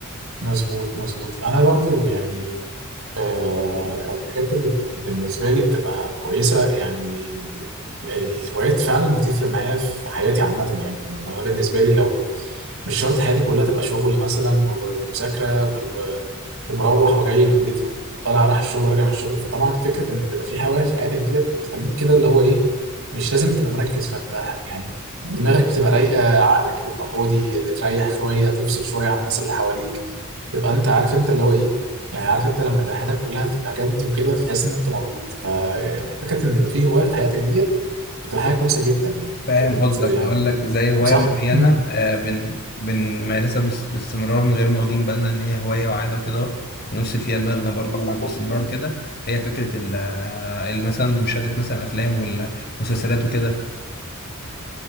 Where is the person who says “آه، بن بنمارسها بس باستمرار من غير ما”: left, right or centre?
Left